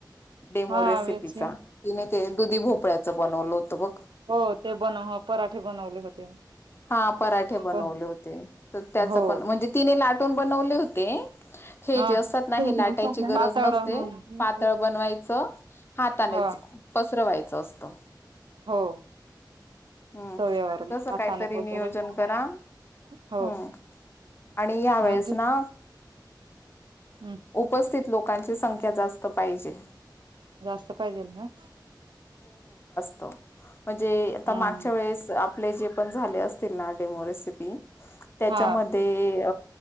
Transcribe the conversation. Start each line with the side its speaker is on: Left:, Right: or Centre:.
Left: डेमो
Right: हा
Left: रेसिपीचा
Right: वेसिम
Left: तिने ते दुधी भोपळ्याचं बनवलं होतं बघ.
Right: हो ते बन पराठे बनवले होते.
Left: हा पराठे बनवले
Right: पण
Left: होते, तर त्याच
Right: हो
Left: पण म्हणजे तिने लाटून बनवले होते. हे
Right: अ
Left: जे असतात ना
Right: पातळ
Left: हे लाटायची गरज नसते.
Right: हम्म हम्म
Left: पातळ बनवायचं हातानेच
Right: हो
Left: पसरवायचं असतं.
Right: हो.
Left: हम्म
Right: तव्यावर
Left: तसं
Right: हाताने
Left: काहीतरी
Right: पसरून
Left: नियोजन करा हम्म.
Right: हो
Left: आणि यावेेळेस
Right: मग
Left: ना
Right: हम्म
Left: उपस्थित लोकांची संख्या जा स्त पाहिजे.
Right: जास्त पाहिजेल ना.
Left: त म्हणजे आता
Right: हम्म
Left: मागच्या वेळेस आपले जे पण झाले असतील ना डेमो रेसिपी. त्याच्यामध्ये
Right: हा